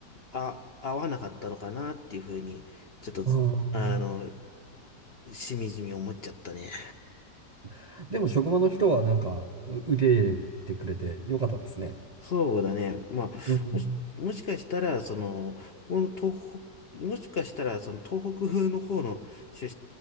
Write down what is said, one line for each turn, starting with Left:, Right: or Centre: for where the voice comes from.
Left: あ、合わなかったのかなっていうふうに、ちょっと、
Right: う。あ
Left: あの、しみじみ思っちゃったね。
Right: あ。でも職場の人はなんか、う受け入れてくれてよかったですね。
Left: そうだね。まあ、
Right: うん。
Left: もし、もしかしたら、その、この東北、もしかしたら、その東北風の方の出